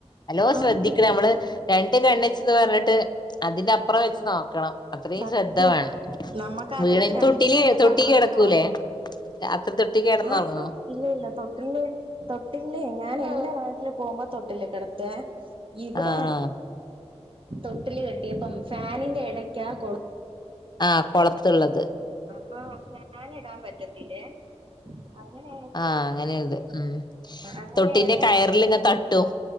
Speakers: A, on the left; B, on the right.
A: നല്ലോ
B: ആന്ന്
A: ശ്രദ്ധിക്കണം നമ്മള് രണ്ട് കണ്ണുവെച്ചന്ന് പറഞ്ഞിട്ട് അതിന്റെ അപ്പുറം വെച്ച് നോക്കണം അത്രയും
B: സത്യം
A: ശ്രദ്ധ വേണം
B: നമ്മക്ക് ആ
A: വേണേല്
B: നേരത്ത് രണ്ടും
A: തൊട്ടില്
B: മൂന്നും
A: തൊട്ടി
B: കണ്ണൊന്നും
A: കിടക്കൂലേ
B: പോരാ
A: രാത്രി തൊട്ടി കിടന്നുറങ്ങുവോ
B: ആ ആ ഇല്ല ഇല്ല തൊട്ടിലില് തൊട്ടിലിലെ ഞാൻ എന്റെ പ്രായത്തില് പോകുമ്പോ തൊട്ടിലിൽ കിടത്തുവേ ഇവിടെ
A: ആഹ്
B: തൊട്ടില് കെട്ടിയപ്പം ഫാനിന്റെ ഇടക്കാ കൊളു
A: ആഹ് കൊളുത്തുള്ളത്
B: അപ്പോ ഫാൻ ഇടാൻ പറ്റത്തില്ലേ അങ്ങനെയായി
A: ആഹ് അങ്ങനെയുണ്ട് ഉം
B: അങ്ങനെ
A: തൊട്ടിന്റെ
B: ആയപ്പോ
A: കയറിലിങ്ങ് തട്ടും